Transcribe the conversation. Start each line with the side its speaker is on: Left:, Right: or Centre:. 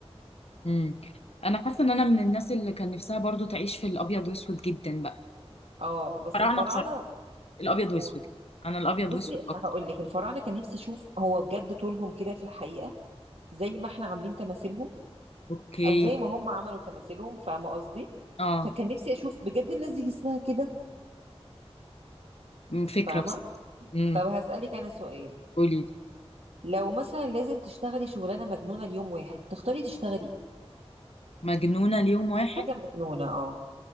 Left: امم انا حاسه ان انا من الناس اللي كان نفسها برضو تعيش في الابيض واسود جدا بقى
Right: اه بس
Left: الفراعنه
Right: الفراعنة
Left: بصراحه الابيض واسود
Right: قول.
Left: انا الابيض
Right: بصي
Left: واسود اكتر
Right: هقول لك الفراعنه كان نفسي اشوف هو بجد طولهم كده في الحقيقه زي ما احنا عاملين تماثيلهم
Left: اوكي
Right: او زي ما هم عملوا تماثيلهم فاهمه قصدي
Left: اه
Right: فكان نفسي اشوف بجد الناس دي جسمها كده
Left: مم، فكرة
Right: فاهمه
Left: بس امم
Right: طب هسالك انا سؤال
Left: قولي
Right: لو مثلا لازم تشتغلي شغلانه مجنونه ليوم واحد تختاري تشتغلي ايه
Left: مجنونة ليوم واحد
Right: حاجه مجنونه اه